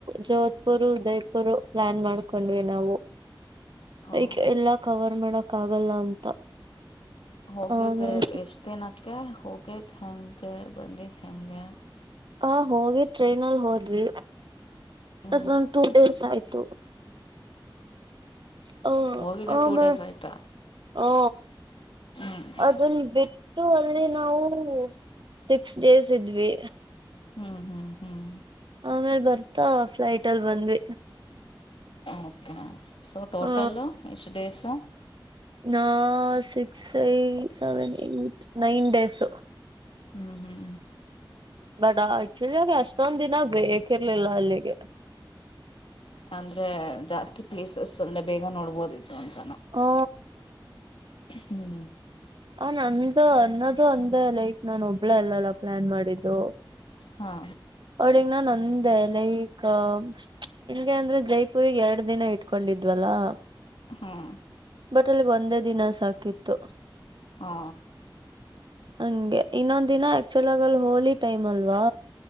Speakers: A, on the right (about 65°); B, on the left (about 90°).
A: ಜೋಧ್ಪುರ್ ಉದಯ್ಪುರು ಪ್ಲಾನ್ ಮಾಡ್ಕೊಂಡ್ವಿ ನಾವು
B: ಹ
A: ಲೈಕ್ ಎಲ್ಲಾ ಕವರ್ ಮಾಡಕ್ ಆಗಲ್ಲ ಅಂತ
B: ಹೋಗಿದ್ದ್
A: ಆಮೇಲೆ
B: ಎಷ್ಟು ದಿನಕ್ಕೆ ಹೋಗಿದ್ದ್ ಹೆಂಗೆ ಬಂದಿದ್ ಹೆಂಗೆ
A: ಹ ಹೋಗಿದ್ ಟ್ರೈನ್ ಅಲ್ಲಿ ಹೋದ್ವಿ
B: ಹ್ಞೂ
A: <unintelligible> ಟೂ ಡೇಸ್ ಆಯ್ತು ಹಾ
B: ಹೋಗಿದ್ದೆ
A: ಆ <unintelligible>
B: ಟೂ ಡೇಸ್ ಆಯಿತಾ
A: ಹಾ
B: ಹ್ಞೂ
A: ಅದನ್ ಬಿಟ್ಟು ಅಲ್ಲಿ ನಾವು ಸಿಕ್ಸ್ ಡೇಸ್ ಇದ್ವಿ
B: ಹ್ಮ್ ಹ್ಮ್ ಹ್ಮ್
A: ಆಮೇಲ್ ಬರ್ತಾ ಫ್ಲೈಟ್ ಅಲ್ ಬಂದ್ವಿ
B: ಓಕೆ ಸೊ ಟೋಟಲ್ಲು
A: ಹಾ
B: ಎಷ್ಟು ಡೇಸು
A: ನಾ <unintelligible> ಸೆವೆನ್ ನೈನ್ ಡೇಸ್
B: ಹ್ಮ್ ಹ್ಮ್
A: ಬಡ ಆ ಚಾಗ ಅಷ್ಟೊಂದ ದಿನ ಬೇಕಿರ್ಲಿಲ್ಲ ಅಲ್ಲಿಗೆ
B: ಅಂದ್ರೆ ಜಾಸ್ತಿ ಪ್ಲೇಸಸ್ ಅಂದ್ರೆ ಬೇಗ ನೋಡ್ಬೋದಿತ್ತು ಅಂತ
A: ಹಾ
B: ಹ್ಞೂ
A: ಆ ನಂದು ಅನ್ನದು ಅಂದೆ ಲೈಟ್ ನಾನು ಒಬ್ಳ ಅಲ್ಲಲ್ಲ ಪ್ಲಾನ್ ಮಾಡಿದ್ದು
B: ಹಾ
A: ಅವಳಗ್ ನಾ ಒಂದೆ ಲೈಕ್ ನಿಂಗೆ ಅಂದ್ರೆ ಜೈಪುಗ್ ಎರಡ್ ದಿನ ಇಟ್ಕೊಂಡ ದ್ವಲ್ಲಾ
B: ಹ್ಮ್
A: ಬಟ್ ಅಲ್ಲಿಗ್ ಒಂದೇ ದಿನ ಸಾಕಿತ್ತು
B: ಹಾ
A: ಹಂಗೆ ಇನ್ನೊಂದ ದಿನ ಆಕ್ಚುಲ್ ಆಗ ಅಲ್ಲಿ ಹೋಲಿಿ ಟೈಮ್ ಅಲ್ವಾ